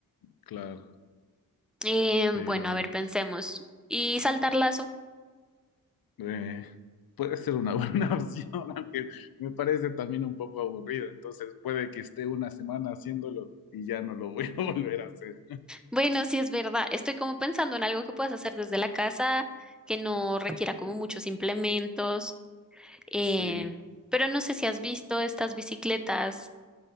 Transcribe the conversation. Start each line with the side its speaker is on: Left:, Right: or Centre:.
Left: claro,
Centre: Eh,
Left: pero...
Centre: bueno, a ver, pensemos. ¿Y saltar lazo?
Left: Eh, puede ser una buena <laughs> opción, aunque me parece también un poco aburrido. Entonces puede que esté una semana haciéndolo y ya no lo voy a <laughs> volver a hacer.
Centre: Bueno, sí es verdad. Estoy como pensando en algo que puedas hacer desde la casa, que no requiera como muchos implementos. eh,
Left: Sí.
Centre: pero no sé si has visto estas bicicletas,